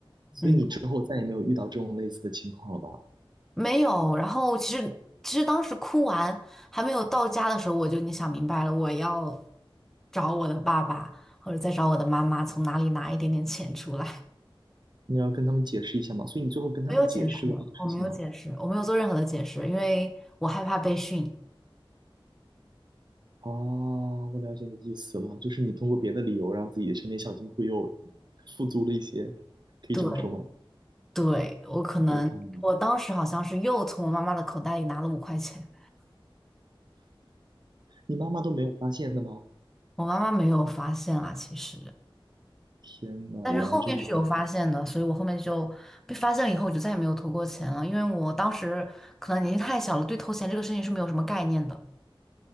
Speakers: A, on the right (about 55°); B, in the centre.
A: 所以你之后再也没有遇到这种类似的情况了吧？
B: 嗯。没有，然后其实其实当时哭完还没有到家的时候，我就已经想明白了，我要找我的爸爸或者再找我的妈妈，从哪里拿一点点钱出来。
A: 你要跟他们解释一下吗？所以你最后跟他们解释了这个事情吗？
B: <laughs> 没有解释，我没有解释，我没有做任何的解释，因为我害怕被训。
A: 啊，我了解你的意思了，就是你通过别的理由让自己的身边小金库又富足了一些，可以这么说吗？
B: 对，对，我可能我当时好像是又从我妈妈的口袋里拿了五块钱，
A: 我懂了，你妈妈都没有发现的吗？
B: 我妈妈没有发现啊，其实。
A: 天呐，
B: 但是后面是有发现的，
A: 原来这个，
B: 所以我后面就被发现了以后，我就再也没有偷过钱了，因为我当时可能年纪太小了，对偷钱这个事情是没有什么概念的。